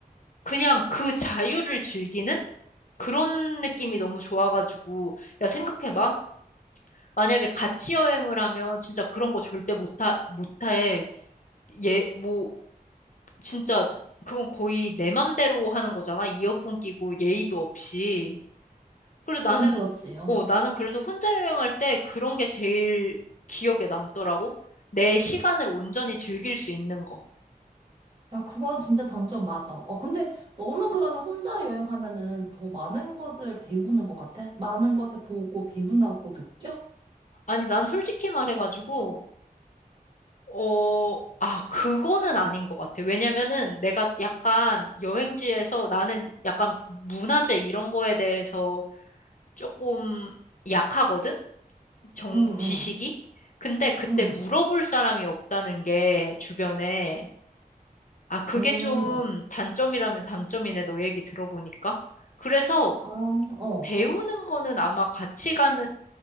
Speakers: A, on the left; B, on the right.
A: 그냥 그 자유를 즐기는 그런 느낌이 너무 좋아가지고 야 생각해봐. 만약에 같이 여행을 하면 진짜 그런 거 절대 못하, 못해. 예, 뭐 진짜 그건 거의 내 맘대로 하는 거잖아. 이어폰 끼고 예의도 없이. 그래서
B: 그건
A: 나는,
B: 그렇지. 어.
A: 어, 나는 그래서 혼자 여행할 때 그런 게 제일 기억에 남더라고. 내 시간을 온전히 즐길 수 있는 거.
B: 야, 그건 진짜 장점 맞아. 어, 근데 너는 그러면 혼자 여행하면은 더 많은 것을 배우는 것 같아? 많은 것을 보고 배운다고 느껴?
A: 아니, 난 솔직히 말해가지고, 어, 아, 그거는 아닌 것 같아. 왜냐면은 내가 약간 여행지에서 나는 약간 문화재 이런 거에 대해서 조금 약하거든? 정,
B: 응,
A: 지식이?
B: 응,
A: 근데 그때
B: 응,
A: 물어볼 사람이 없다는 게 주변에. 아, 그게
B: 응.
A: 좀 단점이라면 단점이네, 너 얘기 들어보니까. 그래서
B: 아, 어.
A: 배우는 거는 아마 같이 가는,